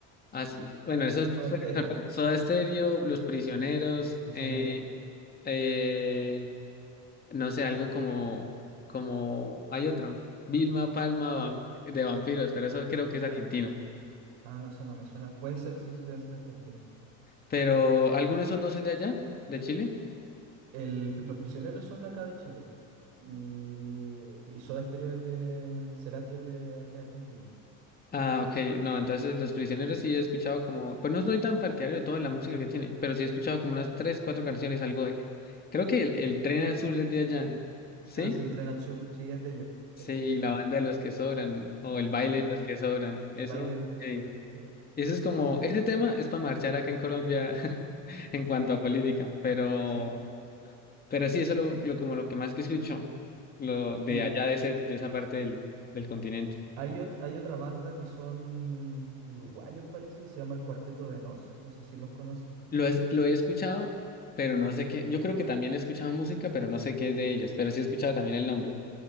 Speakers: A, on the left; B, on the right.
A: a s-
B: S-
A: bueno, esos
B: Soda Stereo,
A: Soda Stereo, Los Prisioneros,
B: Sí. Los Prisioneros.
A: eh, eh, No sé, algo como, como, hay otro, Vilma Palma vam- de vampiros, pero eso creo que es argentino.
B: Ah, no sé, no me suena. Puede ser, sí, deben ser argentinos.
A: Pero, ¿alguno de esos dos es de allá, de Chile?
B: El, los prisioneros son de acá de Chile. Y, y Soda Stereo es de. Cerati es de ar- es argentino.
A: Ah, ok, no, entonces Los Prisioneros sí he escuchado como, pues no soy tan partidario de toda la música que tiene, pero sí he escuchado como unas tres, cuatro canciones, algo de, creo que el, el Tren al Sur es de allá, ¿sí?
B: Ah, sí, Tren al Sur. Sí, es de ellos,
A: Sí,
B: de los prisioneros.
A: la banda de los que sobran, o el baile
B: También.
A: de los que sobran,
B: El
A: eso,
B: baile de los que sobran.
A: sí.
B: Sí,
A: y Eso es como,
B: sí,
A: este tema es para marchar acá en Colombia <laughs> en cuanto a política, pero...
B: sí.
A: Pero sí, eso es lo, lo- como lo que más que escucho, lo de
B: Y
A: allá de, ese, de esa parte del, del continente.
B: hay, ot- hay otra banda que son uruguayos, parece, que se llama el Cuarteto de Nos. No sé si los conocen.
A: Lo, es, lo he escuchado, pero no sé qué. Yo creo que también he escuchado música, pero no sé qué es de ellos. Pero sí he escuchado también el nombre.